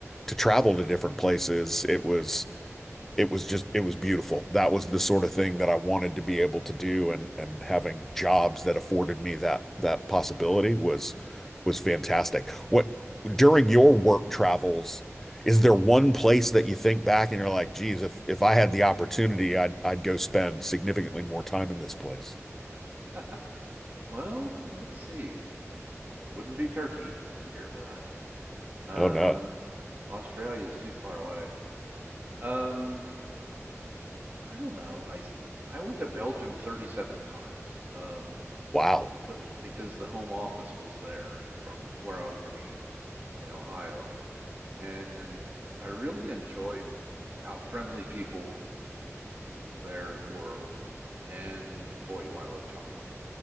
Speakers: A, in the centre; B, on the right.
A: to travel to different places, it was it was just it was beautiful that was the sort of thing that i wanted to be able to do and and having jobs that afforded me that that possibility was was fantastic what during your work travels is there one place that you think back and you're like geez if if i had the opportunity i'd i'd go spend significantly more time in this place
B: <laughs> well, let's see. It wouldn't be Turkey. I didn't care for that. Uh,
A: oh no
B: Australia is too far away. Um, I don't know. I s- I went to Belgium 37 times. Um,
A: wow
B: because because the home office was there from where I was working in in Ohio, and I really enjoyed how friendly people there were. And boy, do I love chocolate.